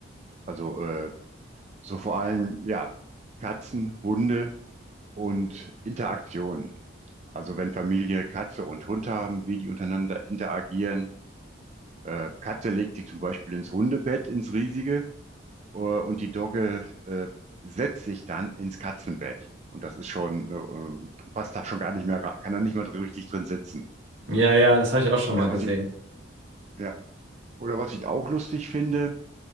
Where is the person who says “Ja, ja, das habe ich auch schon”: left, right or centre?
Right